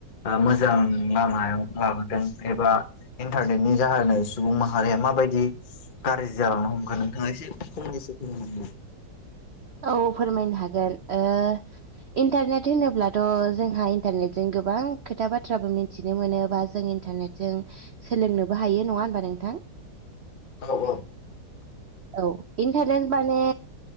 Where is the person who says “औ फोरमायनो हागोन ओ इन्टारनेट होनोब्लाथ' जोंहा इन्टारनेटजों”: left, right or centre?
Right